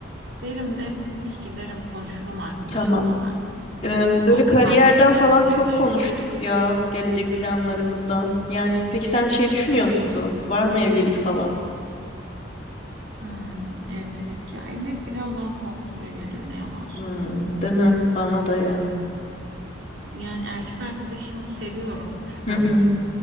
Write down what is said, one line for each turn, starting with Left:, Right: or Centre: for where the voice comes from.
Right: Derim derim. Tabii ki derim konuşurum arkadaşımla
Left: Tamam.
Right: ben.
Left: Em,
Right: Çünkü
Left: Böyle
Right: o
Left: kariyerden
Right: da zaten İstanbul'da
Left: falan çok
Right: yaşıyor.
Left: konuştuk ya gelecek planlarımızdan. Yani s- peki sen şey düşünüyor musun? Var mı evlilik falan?
Right: Hmm, evlilik ya evlilik biraz bana korkutucu geliyor ne yalan söyleyeyim.
Left: Hmm, değil mi? Bana da ya.
Right: Yani erkek arkadaşımı seviyorum <laughs>
Left: Hı
Right: tabii
Left: hı.
Right: ki de